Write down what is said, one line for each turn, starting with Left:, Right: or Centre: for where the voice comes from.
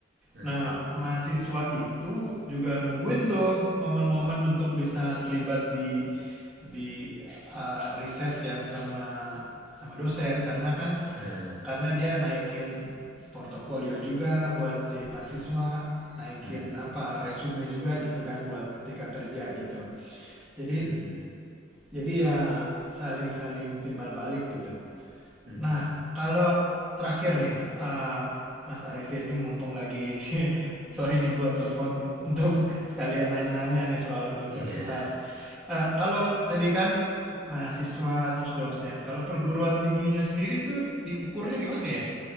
Right: eh, eh,
Centre: Nah, mahasiswa itu juga nungguin tuh momen-momen untuk bisa terlibat di di eh, riset yang sama sama dosen karena kan
Right: eh, eh,
Centre: karena dia naikin portofolio juga buat si mahasiswa, naikin
Right: mm-mm.
Centre: apa resume juga gitu kan buat ketika kerja gitu. Jadi
Right: Mm-mm.
Centre: jadi ya saling-saling timbal balik gitu.
Right: Mm-mm.
Centre: Nah, kalau terakhir nih, eh, Mas Arifin ini mumpung lagi <laughs> sorry nih gua telepon untuk sekalian nanya-nanya nih soal universitas.
Right: Iya,
Centre: Eh, kalau tadi kan mahasiswa terus dosen, kalau perguruan tingginya sendiri itu diukurnya gimana ya,